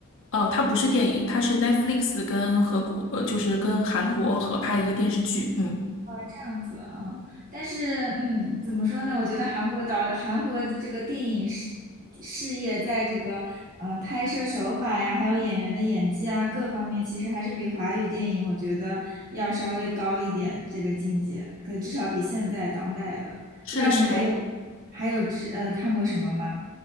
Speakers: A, on the left (about 60°); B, on the right (about 40°).
A: 哦，它不是电影，它是 Netflix 跟和国呃就是跟韩国合拍一个电视剧。嗯，
B: 这样子啊，但是嗯，怎么说呢？我觉得韩国导韩国的这个电影事事业，在这个呃拍摄手法呀，还有演员的演技啊各方面，其实还是比华语电影我觉得要稍微高一点这个境界，可至少比现在当代的。
A: 是的，
B: 不知道你还有还有知呃看过什么吗？
A: 是的。